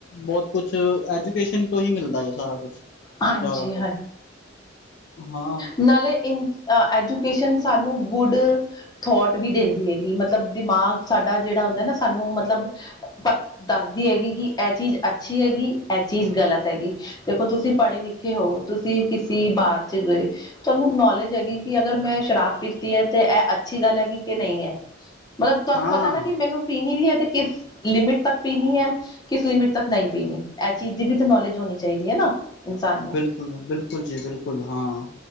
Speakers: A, on the left (about 60°); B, on the left (about 20°).
A: ਬਹੁਤ ਕੁਛ ਐਜੂਕੇਸ਼ਨ ਤੋਂ ਹੀ ਮਿਲਦਾ ਹੈ ਸਾਰਾ ਕੁਛ।
B: ਹਾਂਜੀ
A: ਜ਼ਿਆਦਾਤਰ। ਹਾਂ
B: ਨਾਲ਼ੇ ਇਨ। ਅਹ ਐਜੂਕੇਸ਼ਨ ਸਾਨੂੰ ਗੁੱਡ ਥੋਟ, ਵੀ ਦਿੰਦੀ ਹੈਗੀ ਮਤਲਬ। ਦਿਮਾਗ ਸਾਡਾ ਜਿਹੜਾ ਹੁੰਦਾ ਨਾ, ਸਾਨੂੰ ਮਤਲਬ। ਪ ਦੱਸਦੀ ਹੈਗੀ। ਕਿ ਇਹ ਚੀਜ਼ ਅੱਛੀ ਹੈਗੀ, ਇਹ ਚੀਜ਼ ਗ਼ਲਤ ਹੈਗੀ। ਦੇਖੋ ਤੁਸੀਂ ਪੜੇ- ਲਿਖੇ ਹੋ। ਤੁਸੀਂ ਕਿਸੀ ਬਾਜ਼ਾਰ ਚ ਚਲੇ ਗਏ ਹੋ। ਤੁਹਾਨੂੰ ਨੌਲੇਜ ਹੈਗੀ, ਕਿ ਅਗਰ ਮੈਂ ਸ਼ਰਾਬ ਪੀਤੀ ਹੈ, ਤੇ ਇਹ ਅੱਛੀ ਗੱਲ ਹੈਗੀ ਕਿ ਨਹੀਂ ਹੈ। ਮਤਲਬ ਤੁਹਾਨੂੰ
A: ਹਾਂ
B: ਪਤਾ ਨਾ ਕਿ, ਮੈਨੂੰ ਪੀਣੀ ਵੀ ਹੈ ਤੇ ਕਿਸ ਲਿਮਿਟ ਤੱਕ ਪੀਣੀ ਹੈ। ਕਿਸ ਲਿਮਿਟ ਤੱਕ ਨਹੀਂ ਪੀਣੀ। ਇਹ ਚੀਜ਼ ਦੀ ਵੀ ਤਾਂ ਨੌਲੇਜ ਹੋਣੀ ਚਾਹੀਦੀ ਹੈ ਨਾ। ਇਨਸਾਨ ਨੂੰ
A: ਬਿਲਕੁਲ, ਬਿਲਕੁਲ ਜੀ ਬਿਲਕੁਲ ਹਾਂ।